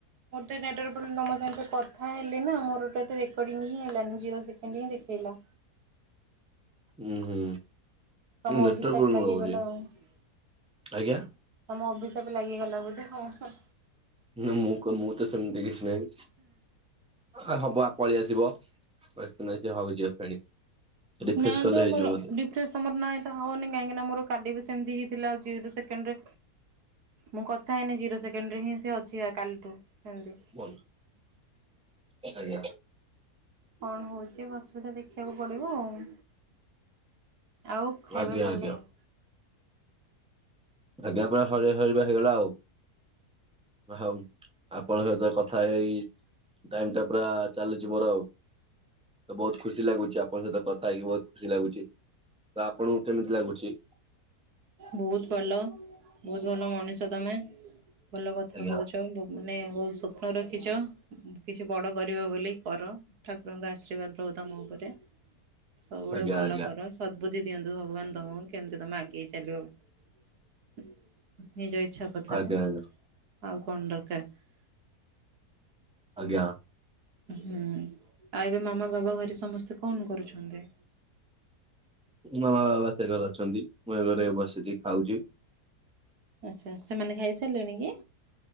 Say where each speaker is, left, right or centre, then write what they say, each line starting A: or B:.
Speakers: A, on the right (about 80°); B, in the centre.
A: ମୋର ଟିକେ ନେଟୱର୍କ ପ୍ରୋବ୍ଲେମ ତମ ସାଙ୍ଗରେ ଯୋଉ କଥା ହେଲି ନା, ମୋର ଏଇଟା ଟିକେ ରେକଡ଼ିଂ ହିଁ ହେଲାନି। ଜ଼ିରୋ ସେକେଣ୍ଡ ହିଁ ଦେଖେଇ ହେଲା।
B: ହୁଁ ହୁଁ।
A: ତମ
B: ନେଟୱାର୍କ
A: ଅଭିଶାପ
B: ପ୍ରୋବ୍ଲେମ
A: ଲାଗିଗଲା
B: ରହୁଛି
A: ଆଉ। ତମ
B: ଆଜ୍ଞା।
A: ଅଭିଶା ଶାପ ଲାଗିଗଲା ବୋଧେ? ହଁ ହଁ।
B: ନାଁ ମୁଁ କ ମୁଁ ତ ସେମତି କିଛି ନାହିଁ। ଆ ହବ ଆ ପଳେଇ ଆସିବ ବଚପନା ସେ ହଉଛିି ବା ଫେଣି। ରିଫ୍ରେଶ
A: ନାଁ
B: କଲେ
A: ତ
B: ହେଇଯିବ
A: ମୋର
B: ବୋଧେ
A: ରିଫ୍ରେସ ତମର ନାହିଁ ତ ହଉନି, କାହିଁକିନା ମୋର କାଲି ବି ସେ ସେମତି ହେଇଥିଲା ଆଜି ତ ସେକେଣ୍ଡ ଡେ। ମୁଁ କଥା ହେଇନି, ଜିରୋ ସେକେଣ୍ଡରେ ହିଁ ସେ ଅଛି କାଲିଠୁ। ସେମିତି।
B: ବନ୍ଧୁ, ଆଜ୍ଞା।
A: କଣ ହଉଛି ଅସୁବିଧା ଦେଖିବାକୁ ପଡିବ ଆଉ? ଆଉ ଖାଇବା
B: ଆଜ୍ଞା
A: ସରିଲାଇଁ?
B: ଆଜ୍ଞା ଆଜ୍ଞା ପା ସରିବା ସରିିବା ହେଇଗଲା ଆଉ। ହଉ ଆପଣଙ୍କ ସହିତ କଥା ହେଇ ଟାଇମଟା ପୁରା ଚାଲିଚି ମୋର ଆଉ। ତ ବହୁତ ଖୁସି ଲାଗୁଚି ଆପଣଙ୍କ ସହିତ କଥା ହେଇକି ବହୁତ ଖୁସି ଲାଗୁଚି। ତ ଆପଣଙ୍କୁ କେମିତି ଲାଗୁଚି?
A: ବହୁତ ଭଲ, ବହୁତ ଭଲ ମଣିଷ ତମେ। ଭଲ କଥା
B: ଆଜ୍ଞା
A: କହୁଛ, ତୁମେ ମାନେ ବହୁତ ସ୍ୱପ୍ନ ରଖିଛ, କିଛି ବଡ କରିବ ବୋଲି, କର। ଠାକୁରଙ୍କ ଆଶୀର୍ବାଦ ରହୁ ତମ ତମ ଉପରେ। ସବୁବେଳେ
B: ଆଜ୍ଞା
A: ଭଲ
B: ଆଜ୍ଞା
A: କର, ସଦା ବୁଦ୍ଧି ଦିଅନ୍ତୁ ଭଗବାନ ତମକୁ, କେମିତି ତମେ ଆଗେଇ ଚାଲିବ। ନିଜ ଇଚ୍ଛା ପଥରେ
B: ଆଜ୍ଞା ଆଜ୍ଞା
A: ଆଉ କଣ ଦରକାର?
B: ଆଜ୍ଞା।
A: ହୁଁ। ଆଉ ଏବେ ମାମା ବାବା ଘରେ ସମସ୍ତେ କଣ କରୁଛନ୍ତି?
B: ମାମା ବାବା ସେ ଘରେ ଅଛନ୍ତି, ମୁଁ ଏ ଘରେ ବସିକି ଖାଉଛି।
A: ଆଚ୍ଛା। ସେମାନେ ଖାଇ ସାରିଲେଣି କି?